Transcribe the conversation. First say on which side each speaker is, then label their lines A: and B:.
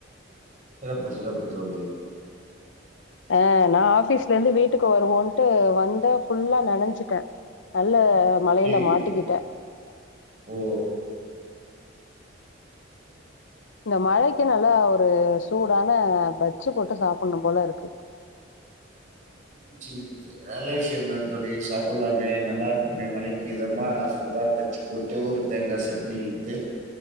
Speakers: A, on the right (about 40°); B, on the left (about 65°).
A: சிறப்பு சிறப்பு தோழி
B: ஆ நா ஆஃபீஸ்லேருந்து வீட்டுக்கு வருவோன்ட்டு வந்த ஃபுல்லா நனஞ்சிட்ட ந நல்ல மழையில
A: ஐயோ
B: மாட்டிக்கிட்ட
A: ஓ
B: இந்த மழைக்கு நல்லா ஒரு சூடான பஜ்ஜி போட்டு சாப்புட்ணும் போல இருக்கு
A: <inaudible> ஜி நல்ல விஷியம்தா தோழி சாப்புட்லாமே நல்லாருக்குமே மழைக்கு இதமா சூடா பஜ்ஜி போட்டு ஒரு தேங்கா சட்னி இத்து